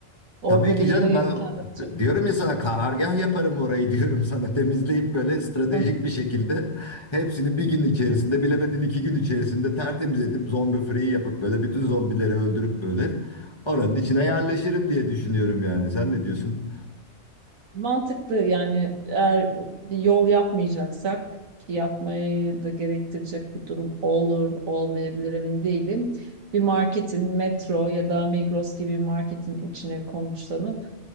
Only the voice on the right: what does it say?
Orada
bir yeri
kendime çek.
<laughs>
Mantıklı yani eğer bir yol yapmayacaksak ki yapmayı da gerektirecek bir durum olur, olmayabilir emin değilim. Bir marketin, Metro ya da Migros gibi bir marketin içine konuşlanıp